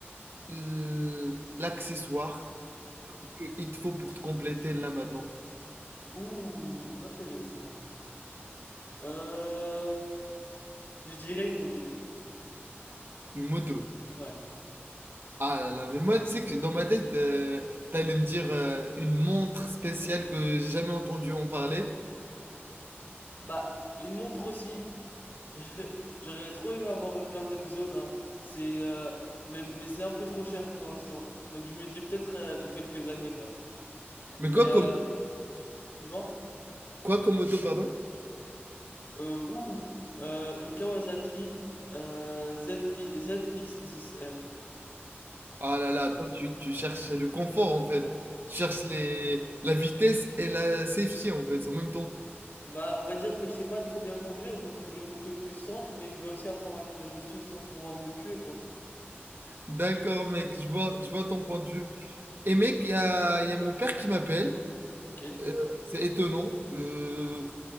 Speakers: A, on the right (about 55°); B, on the left (about 55°).
A: euh, l'accessoire qu'il te faut pour te compléter là maintenant?
B: Ouh, intéressant. Euh, je dirais une moto.
A: Une moto.
B: Ouais.
A: Ah là là, mais moi, tu sais que dans ma tête, euh, t'allais me dire euh, une montre spéciale que j'ai jamais entendu en parler.
B: Bah, une montre aussi. <laughs> J'aurais trop aimé avoir une Langenzona. C'est euh, mais mais c'est un peu trop cher pour l'instant. Donc je me dis peut-être euh, dans quelques années quoi.
A: Mais
B: Mais
A: quoi
B: euh,
A: comme,
B: Dis-moi.
A: quoi comme moto, pardon?
B: Euh, ouh, euh, une Kawasaki euh, ZI ZX10R.
A: Ah là là, toi tu, tu cherches le confort en fait. Tu cherches les, la vitesse et la safety en fait en même temps.
B: Bah, on va dire que je sais pas trop bien conduire, donc je veux une moto puissante, mais je vais aussi apprendre à conduire dessus sans pouvoir me tuer, quoi.
A: D'accord mec, je vois, je vois ton point de vue. Et mec, il y a, il y a mon père qui m'appelle.
B: Ok.
A: Euh, c'est étonnant. Euh,